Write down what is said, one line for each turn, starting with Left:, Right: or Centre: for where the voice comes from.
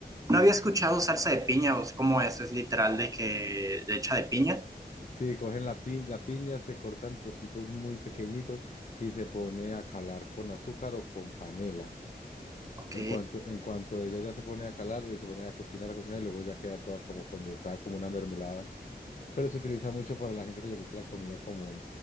Right: no había escuchado salsa de piña. o sea, ¿Cómo es? ¿Es literal de que hecha de piña?
Left: Sí, cogen la, pi- la piña, se cortan trocitos muy pequeñitos y se pone a calar con azúcar o con panela.
Right: Ok.
Left: En cuanto, en cuanto ella ya se pone a calar, eh, se pone a cocinar, a cocinar y luego ya queda toda como condensada, como una mermelada. Pero se utiliza mucho para la gente que le gusta la comida como